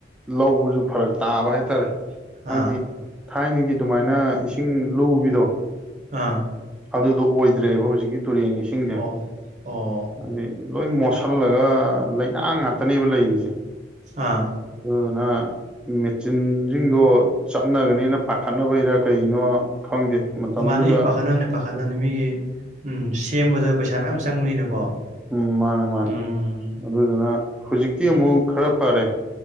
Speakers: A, in the centre; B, on the right.
A: ꯂꯧꯕꯁꯨ ꯐꯔꯛ ꯇꯥꯕ ꯍꯥꯏꯇꯥꯔꯦ ꯍꯥꯏꯗꯤ
B: ꯑꯥ
A: ꯊꯥꯏꯅꯒꯤ ꯑꯗꯨꯃꯥꯏꯅ ꯏꯁꯤꯡ ꯂꯨꯕꯤꯗꯣ
B: ꯑꯥ
A: ꯑꯗꯨꯗꯣ ꯑꯣꯏꯗ꯭ꯔꯦꯕ ꯍꯧꯖꯤꯛꯀꯤ ꯇꯨꯔꯦꯟꯒꯤ ꯏꯁꯤꯡꯁꯦ
B: ꯑꯣ ꯑꯣ
A: ꯍꯥꯢꯗꯤ ꯂꯣꯏ ꯃꯣꯠꯁꯤꯜꯂꯒ ꯂꯩꯥꯏꯅꯡ ꯉꯥꯛꯇꯅꯦꯕ ꯂꯩꯔꯤꯁꯦ
B: ꯑꯥ
A: ꯍꯅꯥ ꯃꯦꯆꯤꯟꯁꯤꯡꯗꯣ ꯆꯞꯅꯒꯅꯤꯅ ꯄꯥꯈꯠꯅꯕꯒꯤꯔ ꯀꯩꯒꯤꯅꯣ ꯈꯪꯗꯦ ꯃꯇꯝꯗꯨꯗ
B: ꯃꯥꯅꯦ ꯄꯥꯈꯠ ꯑꯃꯅꯦ ꯄꯥꯈꯠꯅꯤ ꯃꯤꯒꯤ ꯎꯝ ꯁꯦꯝꯕꯗ ꯄꯩꯁꯥ ꯃꯌꯥꯝ ꯆꯪꯕꯅꯤꯅꯀꯣ
A: ꯎꯝ ꯃꯥꯅꯤ ꯃꯥꯅꯦ
B: ꯎꯝ
A: ꯑꯗꯨꯗꯨꯅ ꯍꯧꯖꯤꯛꯇꯤ ꯑꯃꯨꯛ ꯈꯔ ꯐꯔꯦ